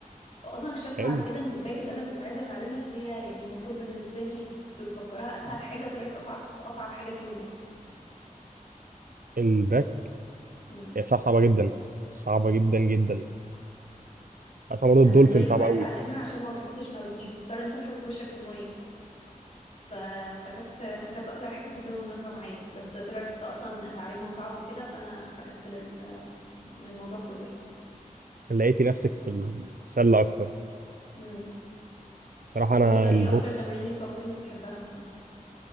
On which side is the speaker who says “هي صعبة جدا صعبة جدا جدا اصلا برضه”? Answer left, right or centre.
Right